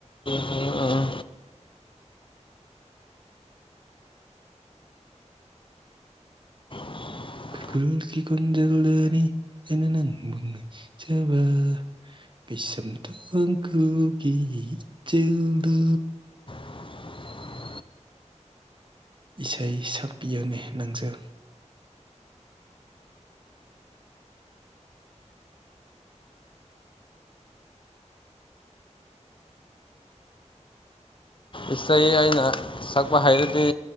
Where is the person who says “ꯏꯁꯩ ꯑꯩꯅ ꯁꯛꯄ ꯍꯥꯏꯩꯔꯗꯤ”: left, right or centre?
Left